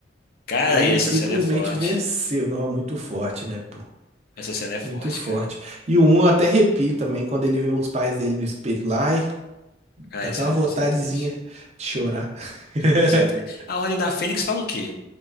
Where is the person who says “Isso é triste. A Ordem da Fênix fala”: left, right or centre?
Left